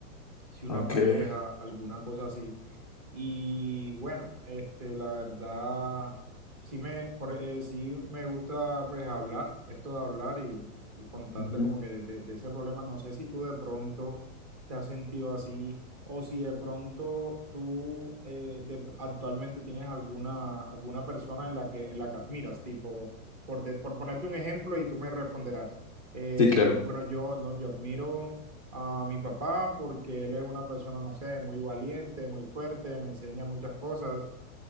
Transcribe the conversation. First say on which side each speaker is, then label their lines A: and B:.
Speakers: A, on the right; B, on the left.
A: si una
B: Ok.
A: pareja, alguna cosa así. Y bueno, este, la verdad, sí me, por- eh, sí me gusta pues hablar, esto de hablar y, y contarte
B: Ujú.
A: como que de, de- de ese problema. No sé si tú de pronto te has sentido así o si de pronto tú eh, de- actualmente tienes alguna, alguna persona en la que, en la que admiras, tipo, por, de- por ponerte un ejemplo y tú me responderás. Eh,
B: Sí, claro.
A: bueno, yo, no, yo admiro a mi papá porque él es una persona, no sé, muy valiente, muy fuerte, me enseña muchas cosas.